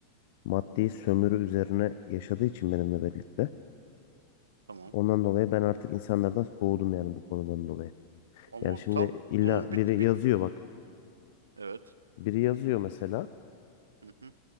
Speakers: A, on the left; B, on the right.
A: maddi sömürü üzerine yaşadığı için benimle birlikte.
B: tamam.
A: Ondan dolayı ben artık insanlardan soğudum yani bu konudan dolayı.
B: Ama
A: Yani şimdi
B: tam
A: illa
B: bunun
A: biri
B: bit bit.
A: yazıyor bak.
B: Evet.
A: Biri yazıyor mesela
B: Hı hı,